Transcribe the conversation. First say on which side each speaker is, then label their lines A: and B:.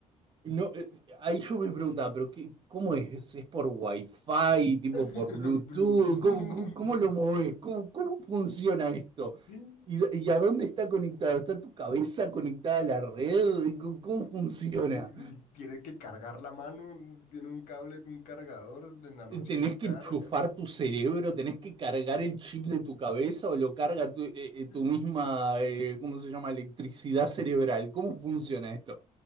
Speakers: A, on the right; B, on the left.
A: no, eh, ahí yo me preguntaba, pero qué, ¿cómo es? ¿Es por Wi-Fi, tipo
B: <laughs>
A: por Bluetooth?
B: Bluetooth.
A: ¿Cómo, cómo, cómo lo movés? ¿Cómo, cómo funciona esto?
B: Y-
A: ¿Y, y a dónde está conectado? ¿Está tu cabeza conectada a la red? ¿Cómo, cómo funciona?
B: y Tiene que cargar la mano, tiene un cable de un cargador, en la noche
A: Tenés
B: lo carga.
A: que enchufar tu cerebro, tenés que cargar el chip de tu cabeza o lo carga tu, eh, eh, tu
B: <laughs>
A: misma, eh, ¿cómo se llama? Electricidad cerebral. ¿Cómo funciona esto?